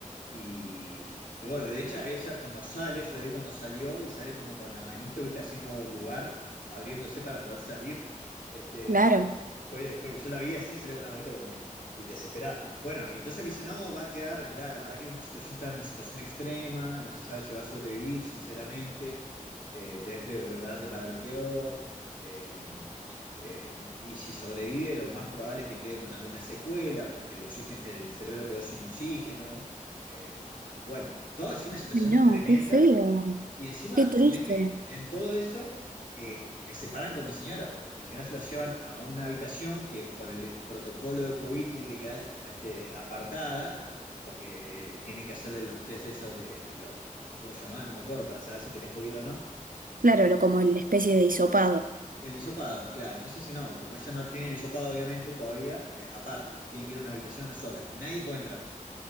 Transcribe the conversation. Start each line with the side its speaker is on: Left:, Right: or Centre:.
Left: Y, y bueno, de hecho ella cuando sale, yo la vi cuando salió y sale como con la manito, viste, haciendo lugar, abriéndose para poder salir. Este,
Right: claro.
Left: fue, fue, yo la vi así, se le con la manita como ahí, desesperada. Bueno, y entonces me dice, no, va a quedar, mirá, la verdad que es una situación, está en una situación extrema, no se sabe si va a sobrevivir, sinceramente, eh, tenés que prepararte para lo peor, eh, eh, y si sobrevive, lo más probable es que quede con alguna secuela, porque el oxígeno, el cerebro quedó sin oxígeno. eh, bueno, toda así una situación
Right: Ay, no,
Left: tremenda,
Right: qué feo,
Left: y encima,
Right: qué triste.
Left: en en- en todo eso eh, me separan con mi señora. pues. Mi señora se la llevan a una habitación que por el, el protocolo de COVID tiene que quedar este, apartada, porque tienen que hacerle los test esos de, lo, ¿cómo se llamaba? No me acuerdo, para saber si tenés COVID o no.
Right: Claro, lo como la especie de hisopado.
Left: El hisopado, claro. Entonces dice, no, como ella no tiene el hisopado, obviamente, todavía, eh, aparte, tiene que ir a una habitación sola y nadie puede entrar.